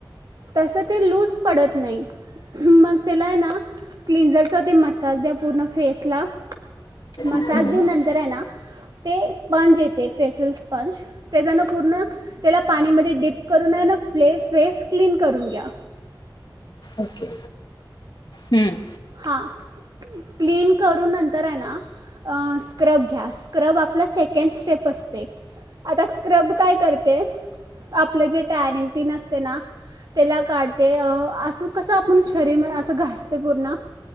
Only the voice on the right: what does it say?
तसं ते लूज पडत नाही मग त्याला आहे ना क्लिंजरचा ते मसाज द्या पूर्ण फेसला मसाज
देऊन नंतर आहे ना ते स्पंज येते फेसेसस्पंज फेशलस्पंज तेजान पूर्ण त्याला पाणीमध्ये डिप करून आहे ना फ्ले- फेस क्लीन करून घ्या
हा क्लीन करून नंतर आहे ना स्क्रब घ्या स्क्रब आपला सेकेंड स्टेप असते आता स्क्रब काय करते आपलं जे टॅनिंग तेन असते ना त्याला काढते अ असं कसं आपण शरीर असं घासतो पूर्ण